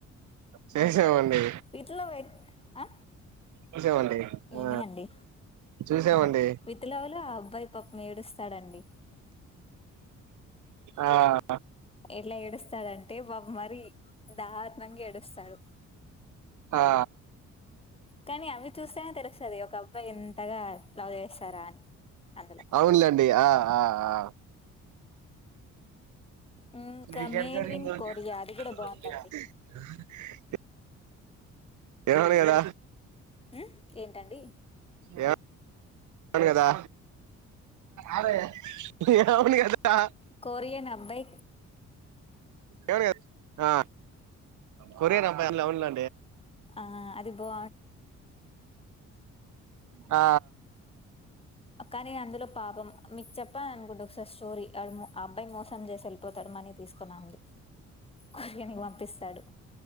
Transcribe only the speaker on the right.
చేసేవం డి
చూసావండి.
ఆ...
చూసామండి
ఆ
ఆ
అవునులేండి ఆ ఆ ఆ <inaudible>
ఏవడిగడ
ఏ అవును కదా అరే అవును కదా
ఏవడిగార్ ఆ కొరియర్ అబ్బాయి ఇందులొ ఉన్న
ఆ